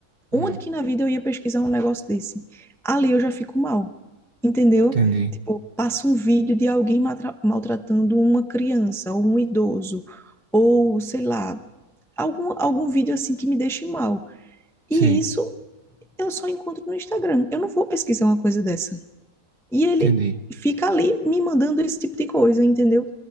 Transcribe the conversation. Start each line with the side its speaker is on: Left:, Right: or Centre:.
Centre: onde
Right: hum,
Centre: que na vida eu ia pesquisar um negócio desse? Ali eu já fico mal, entendeu?
Right: entendi.
Centre: Tipo, passa um vídeo de alguém matra- maltratando uma criança ou um idoso, ou sei lá, algum, algum vídeo assim que me deixe mal.
Right: Sei,
Centre: E isso eu só encontro no Instagram. Eu não vou pesquisar uma coisa dessa. E ele
Right: entendi.
Centre: fica ali me mandando esse tipo de coisa, entendeu?